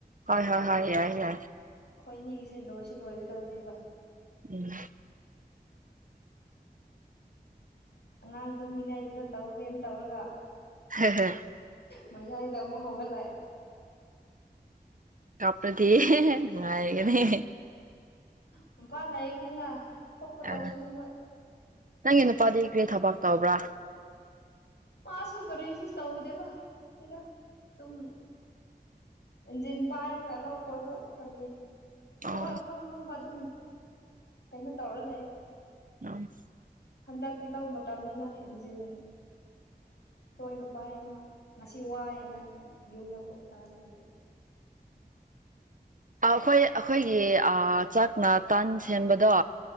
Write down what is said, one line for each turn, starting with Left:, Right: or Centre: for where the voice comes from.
Right: ꯍꯣꯏ ꯍꯣꯏ ꯍꯣꯏ ꯌꯥꯏ ꯌꯥꯏ
Left: ꯈꯣꯏꯅꯤꯒꯤꯁꯦ ꯂꯣꯏꯁꯨ ꯂꯣꯏꯒꯗꯧꯔꯤꯕ
Right: ꯎꯝ
Left: ꯑꯉꯥꯡ ꯇꯨꯝꯃꯤꯉꯩꯗꯒ ꯇꯧꯒꯦꯅ ꯇꯧꯔꯒ
Right: <unintelligible>
Left: ꯃꯩꯌꯥꯏꯗ ꯑꯃꯨꯛ ꯍꯧꯒꯠꯂꯛꯑꯦ꯫
Right: ꯀꯥꯞꯄ꯭ꯔꯗꯤ ꯅꯨꯡꯉꯥꯏꯒꯅꯤ꯫
Left: ꯄꯨꯝꯄꯥ ꯂꯩꯕꯅꯤꯅ ꯊꯣꯛꯄ ꯇꯧꯁꯅꯨ
Right: ꯑ
Left: ꯃꯣꯏ꯫
Right: ꯅꯪꯒꯤ ꯅꯨꯄꯥꯗꯤ ꯀ꯭ꯔꯤ ꯊꯕꯛ ꯇꯧꯕ꯭ꯔꯥ꯫
Left: ꯄꯥꯁꯨ ꯀꯔꯤꯁꯨ ꯇꯧꯗꯦꯕ ꯇꯦꯗ ꯇꯨꯝ ꯏꯟꯖꯤꯟ ꯄꯥꯏꯔꯒ ꯂꯧ ꯈꯣꯏꯕ ꯀꯔꯤ ꯊꯕꯛ
Right: ꯑꯣ
Left: ꯑꯐꯪ ꯑꯐꯪꯕ ꯑꯗꯨꯝ ꯀꯩꯅꯣ ꯇꯧꯔ ꯂꯩ꯫
Right: <inaudible>
Left: ꯍꯟꯗꯛꯇꯤ ꯂꯧ ꯃꯇꯝꯅꯤꯅ ꯏꯟꯖꯤꯟ ꯇꯣꯏꯅ ꯄꯥꯏ ꯃꯥ ꯉꯁꯤ ꯋꯥꯏꯌꯦꯅ ꯌꯨꯝꯗ ꯄꯣꯊꯥꯔ ꯂꯩꯕ꯫
Right: ꯑ ꯑꯩꯈꯣꯏ ꯑꯩꯈꯣꯏꯒꯤ ꯑ ꯆꯥꯛꯅ ꯇꯟ ꯁꯦꯝꯕꯗꯣ꯫